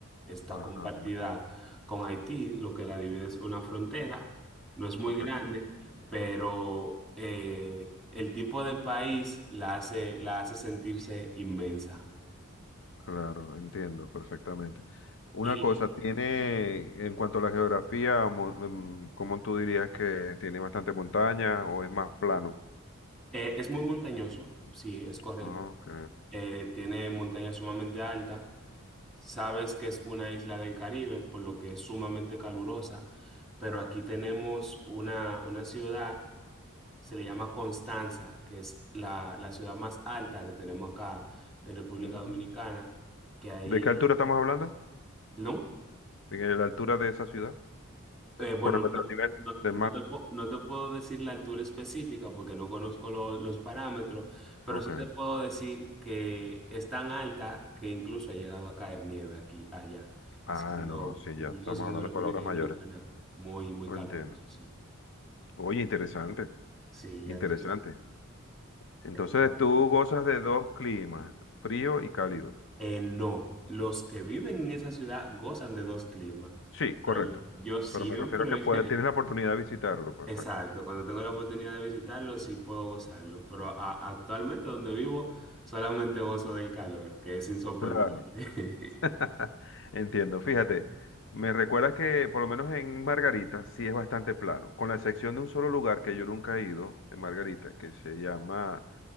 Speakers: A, in the centre; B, on the left.
A: Está
B: Ajá,
A: compartida con Haití, lo que la divide es una frontera. No es muy
B: correcto.
A: grande, pero eh, el tipo de país la hace, la hace sentirse inmensa.
B: Claro, entiendo perfectamente. Una
A: Y
B: cosa, tiene, en cuanto a la geografía, mo- mm, ¿cómo tú dirías que tiene bastante montaña o es más plano?
A: Eh, es muy montañoso, sí, es correcto.
B: Ah, ok.
A: Eh, tiene montañas sumamente altas. Sabes que es una isla del Caribe, por lo que es sumamente calurosa, pero aquí tenemos una, una ciudad, se le llama Constanza, que es la, la ciudad más alta que tenemos acá en República
B: Mm.
A: Dominicana, que ahí...
B: ¿De qué altura estamos hablando?
A: ¿Perdón?
B: ¿De la altura de esa ciudad?
A: Eh, bueno,
B: Con respecto al nivel
A: no,
B: del
A: no
B: mar.
A: no te, po- no te puedo decir la altura específica porque no conozco lo- los parámetros, pero
B: Ok.
A: sí te puedo decir que es tan alta que incluso ha llegado a caer nieve aquí, allá,
B: Ah,
A: siendo,
B: no, sí,
A: incluso
B: ya estamos
A: siendo
B: hablando
A: República
B: de palabras
A: Dominicana
B: mayores.
A: muy, muy
B: Lo
A: caluroso,
B: entiendo.
A: sí.
B: Oye, interesante,
A: Sí,
B: interesante.
A: ya tú,
B: Entonces
A: ya tú sabes.
B: tú gozas de dos climas, frío y cálido.
A: Eh, no, los que viven en esa ciudad gozan de dos climas,
B: Sí, correcto.
A: pero yo siempre,
B: Pero me refiero a que puedes, tienes
A: <laughs>
B: la oportunidad de visitarlo, pues,
A: Exacto,
B: exacto.
A: cuando tengo la oportunidad de visitarlo, sí puedo gozarlo, pero a- actualmente donde vivo solamente gozo del calor, que es insoportable.
B: Claro.
A: <laughs>
B: <laughs> Entiendo. Fíjate, me recuerda que por lo menos en Margarita sí es bastante plano, con la excepción de un solo lugar que yo nunca he ido, en Margarita, que se llama